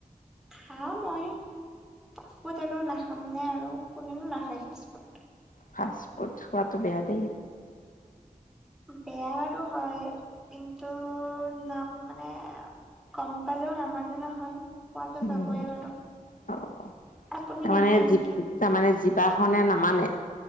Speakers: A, in the centre; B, on the left (about 70°).
A: খাওঁ মই। ফাষ্ট‌-ফুড আৰু নাখামনে আৰু কোনেনো নাখায় ফাষ্ট-ফুড।
B: ফাষ্ট ফুড খোৱাটো বেয়া দেই।
A: বেয়া বাৰু হয় কিন্তু নাম মানে গম পালেওঁ নামানে নহয়। খোৱা টো
B: উম
A: যাবই আৰু
B: অ
A: আপুনি
B: তাৰমানে
A: নাখায় নেকি।
B: তাৰমানে জিৱাখনে নামানে